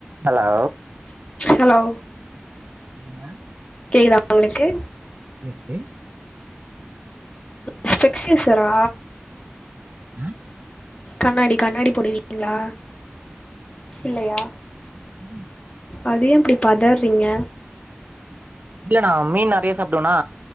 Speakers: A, on the right; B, on the left.
A: Hello
B: hello
A: சொல்லுங்க
B: கேக்குதா உங்களுக்கு
A: கேக்குது
B: ம் பிக்ஸ்சேசரா
A: ம்
B: கண்ணாடி கண்ணாடி போடுவீங்களா இல்லையா
A: ம்ஹூ
B: அதுயேன் இப்டி பதறிங்க
A: இல்ல நா மீன் நறையா சாப்டுவனா